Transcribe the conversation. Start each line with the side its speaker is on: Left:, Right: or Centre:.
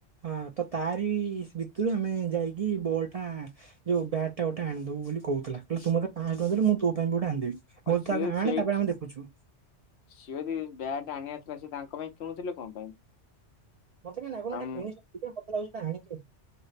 Right: ହଁ ତ ତାରି ଭିତରୁ ଆମେ ଯାଇକି ବଲ୍ ଟା ଯୋଉ ବ୍ୟାଟ୍ ଟା ଗୋଟେ ଆଣିଦବୁ ବୋଲି କ କହୁଥିଲା ତୁ ମୋତେ ପାଞ୍ଚ ଟଙ୍କା ଦେଲେ ମୁଁ ତୋ ପାଇଁ ବି ଗୋଟେ ଆଣିଦେଵି
Left: ଆଉ
Right: ମୁଁ କହିଲି
Left: ସିଏ
Right: ତୁ ଆଗ
Left: ସେଇ
Right: ଆଣେ ତାପ ଆମେ ଦେଖୁଚୁ।
Left: ସିଏ ଯଦି ବ୍ୟାଟ ଆଣିବା ଥିଲା ସେଏ ତାଙ୍କ ପାଇଁ କିଣୁଥିଲେ କଣ ପାଇଁ।
Right: ମତୋ କାଇଁ ନାଗୁନି
Left: ଆମ୍
Right: ଏଟା କିଣିଚନ୍ତି ମତେ ଲାଗୁଚି ଏଟା ଆଣିଚନ୍ତି।